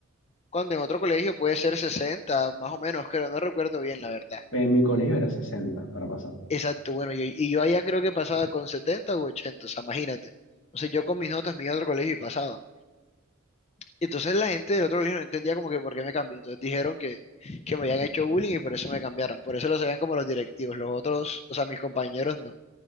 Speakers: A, on the left (about 30°); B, on the left (about 60°).
A: Cuando en otro colegio puede ser 60 más o menos, creo, no recuerdo bien la verdad.
B: Pues en mi colegio era 60 para pasar,
A: Exacto, bueno, yo- y yo allá creo que pasaba con 70 u ochenta o sea, imagínate. O sea, yo con mis notas me iba a otro colegio y pasaba. Y entonces la gente del otro colegio no entendía como que por qué me cambié. Entonces dijeron que, que me habían hecho bullying y por eso me cambiaron. Por eso lo sabían como los directivos, los otros, o sea, mis compañeros no.